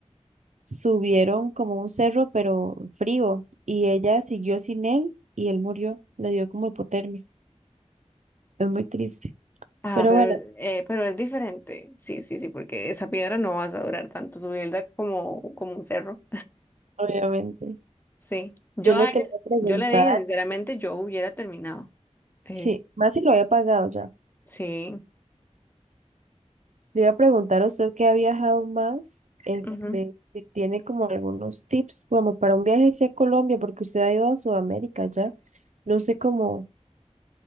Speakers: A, on the right (about 80°); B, on the left (about 15°).
A: Subieron como un cerro, pero frío, y ella siguió sin él y él murió. Le dio como hipotermia. Es muy triste.
B: Ah,
A: Pero
B: pero,
A: bueno,
B: es- eh, pero es diferente. Sí, sí, sí, porque esa piedra no vas a durar tanto subirla como, como un cerro.
A: obviamente.
B: Sí, yo
A: Yo lo
B: a ella-
A: que le iba a preguntar,
B: yo le dije, sinceramente, yo hubiera terminado. Eh,
A: sí, más si lo había pagado ya.
B: sí.
A: Le iba a preguntar a usted que ha viajado más, este,
B: ujú.
A: si tiene como algunos tips como para un viaje hacia Colombia, porque usted ha ido a Sudamérica ya. No sé cómo,